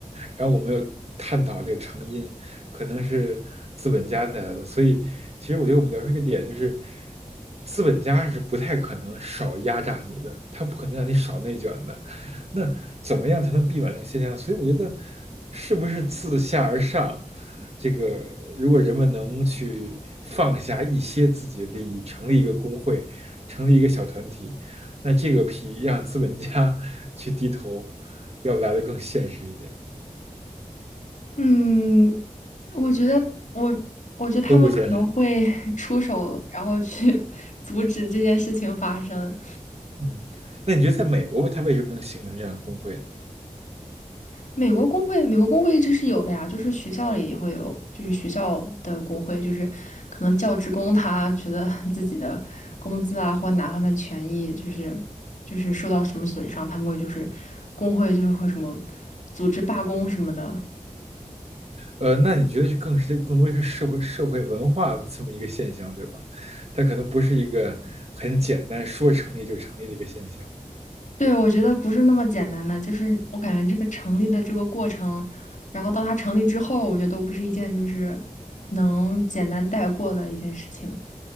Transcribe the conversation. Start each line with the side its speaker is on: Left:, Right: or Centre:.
Right: 然后我们又探讨这个成因，可能是资本家带来的。所以其实我觉得我们聊出一个点，就是资本家是不太可能少压榨你的，他不可能让你少内卷的。那怎么样才能避免这个现象？所以我觉得，是不是自下而上，这个如果人们能去放下一些自己的利益，成立一个工会，成立一个小团体，那这个比让资本家 <laughs> 去低头要来的更现实一点，
Left: 嗯，我觉得我我觉得他们可能会
Right: 都不现实。
Left: <laughs> 出手，然后去 <laughs> 阻止这件事情发生。
Right: 嗯，那你觉得在美国，它为什么能形成这样的工会
Left: 美国工会，美国工会一直是有的呀，就是学校里也会有，就是学校的工会，就是可能教职工他觉得 <laughs> 自己的工资啊或哪方面权益就是就是受到什么损伤，他们会就是工会就是会什么组织罢工什么的。
Right: 呃，那你觉得是更是更多一个社会社会文化的这么一个现象，对吧？它可能不是一个很简单说成立就成立的一个现象。
Left: 对，我觉得不是那么简单的，就是我感觉这个成立的这个过程，然后到它成立之后，我觉得都不是一件就是能简单带过的一件事情，